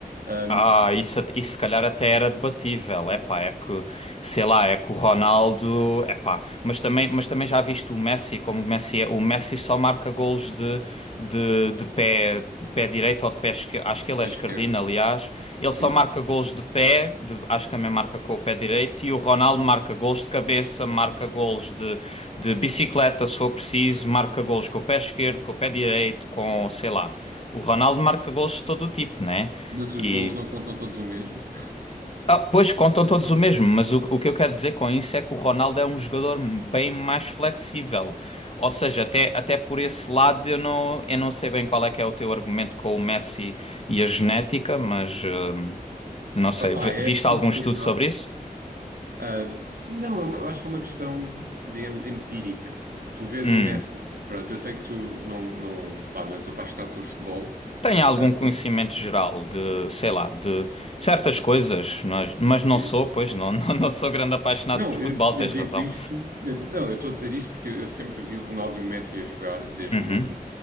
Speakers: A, on the right; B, on the left.
A: Ahm,
B: Ah, isso, at- isso se calhar até era debatível. Epá, é que, sei lá, é que o Ronaldo, epá, mas também, mas também já viste o Messi, como o Messi é, o Messi só marca golos de, de, de pé, de pé direito ou de pé esquerdo, acho que ele é
A: É
B: esquerdino,
A: esquerdo.
B: aliás, ele só
A: sim,
B: marca
A: sim.
B: golos de pé, de- acho que também marca com o pé direito, e o Ronaldo marca golos de cabeça, marca golos de, de bicicleta, se for preciso, marca golos com o pé esquerdo, com o pé direito, com, sei lá, o Ronaldo marca golos de todo o tipo, né?
A: Mas os
B: E
A: golos não contam todos o mesmo. <laughs>
B: ah, pois contam todos o mesmo, mas o, o que eu quero dizer com isso é que o Ronaldo é um jogador bem mais flexível. Ou seja, até, até por esse lado eu não, eu não sei bem qual é que é o teu argumento com o Messi e a genética, mas hum, não sei.
A: Opá,
B: V-
A: é
B: Viste
A: facilidade.
B: algum estudo sobre isso?
A: Ah, não, é uma- eu acho que é uma questão, digamos, empírica. Tu vês
B: Hum.
A: o Messi. Pronto, eu sei que tu não, não, pá, não és apaixonado por futebol.
B: Tenho algum
A: Ah,
B: conhecimento geral de, sei lá, de certas coisas, mas, mas
A: Uhum.
B: não sou, pois não, <laughs> não, não sou grande apaixonado
A: Não,
B: por futebol,
A: eu,
B: tens
A: eu digo
B: razão.
A: isto, eu- não, eu estou a dizer isto porque eu, eu sempre vi o Ronaldo e o Messi a jogar, desde
B: Uhum.
A: muito